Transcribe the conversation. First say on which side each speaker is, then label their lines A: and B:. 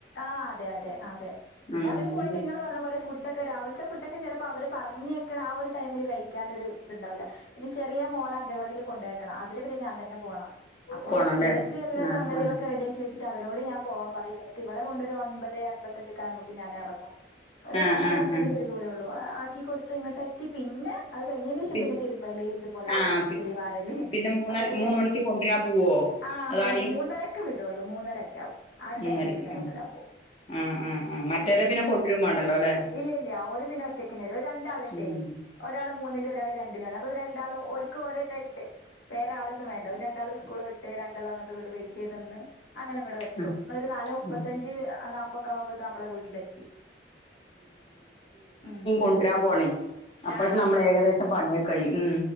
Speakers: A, on the left; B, on the left.
A: ആഹ് അതെ അതെ അതെ പിന്നെവര്
B: ഉം
A: പോയിട്ട്
B: ഇനി
A: ഇങ്ങങ്ങള് പറഞ്ഞ പോലെ ഫുഡ്ഡോക്കെ ക്കെ രാവിലത്തെ ഫുഡ്ഡോക്കെ ചിലപ്പ അവര് പറഞ്ഞേക്കണ ആഹ് ഒരു ടൈമില് കഴിക്കാനൊരു ഇതുണ്ടാവില്ല പിന്നെ ചെറിയ മോളെ അംഗനവാടിയിൽ കൊണ്ടേക്കണം അതിന് പിന്നെ ഞാൻ തന്നെ പോണം അപ്പം
B: പോണല്ലേ?
A: ഇവർക്ക് എല്ലാ
B: ആ
A: സംഗതികളൊക്കെ
B: ആ.
A: റെഡിയാക്കി വെച്ചിട്ട് അവരോട് ഞാൻ പോവാൻ പറയും എന്നിട്ട് ട്ടിവളെ കൊണ്ടൊരു ഒൻപത് അൻപത് ത്തഞ്ച് ഒക്കാമ്പോക്ക്‌ ഞാനെറങ്ങും ഒരു
B: ആ
A: അഞ്ചു
B: ആ
A: പത്ത്
B: ആ.
A: മിനിറ്റ് ദൂരേ ഒള്ളൂ ആക്കികൊടുക്ക്‌ തിങ്ങോട്ടെത്തി പിന്നെ അത് കയിഞ്ഞേനേശം
B: പിൻ
A: പിന്നെ തിരുമ്പല് ഇതുപോലെ
B: ആ
A: അടിക്കല്
B: പി
A: വാരല്
B: പിന്നെ മൂന്നര
A: അതൊക്കെ
B: മൂന്ന്
A: കയിഞ്ഞ്
B: മണിക്ക് കൊണ്ടുവരാൻ പോവോ?
A: അഹ്
B: അതാരെയും
A: മൂന്ന് മൂന്നരക്കെ വീടൂള്ളൂ മൂന്നരൊക്കെ ആവും ആഹ് ഒരു
B: മൂന്നരയ്ക്ക്
A: ടൈമിലെ പിന്നെ
B: ആ
A: കൊണ്ടുവരാൻ പോം
B: ആ ആ ആ. മറ്റവരെ
A: ഉം
B: പിന്നെ കൊണ്ടുവരും വേണ്ടല്ലോ ല്ലേ?
A: ഇല്ലില്ല ഒരു പിന്നൊറ്റക്ന്ന വരും ഒരു രണ്ടാളുണ്ടേ
B: ഉം.
A: ഒരാള് മൂന്നിലും ഒരാള് രണ്ടിലും ആണ് അപ്പ രണ്ടാളും ഓര്ക്ക് ഒരെണ്ണ്ട് വേറാളൊന്നും വേണ്ട ഒരു രണ്ടാള് സ്കൂളു വിട്ട് ട്ട് രണ്ടാളങ്ങോട്ടും ഇങ്ങോട്ടും വെയ്റ്റേ ത് നിന്ന് അങ്ങനിങ്ങോട്ടെത്തും
B: ഉം
A: ഒരു നാലാ
B: ഉം.
A: അഞ്ച് നാപ്പൊക്കെ ആവുമ്പോത്ത് നമ്മളെ വീട്ടിലെത്തി ഉം
B: കൊണ്ടരാൻ പോണേ അപ്പ
A: ആ
B: നമ്മൾ ഏകദേശം പണിയൊക്കഴിയും ഉം